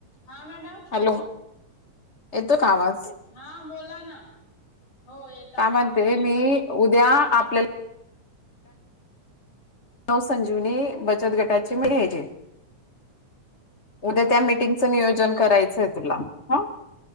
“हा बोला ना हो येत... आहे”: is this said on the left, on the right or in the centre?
Left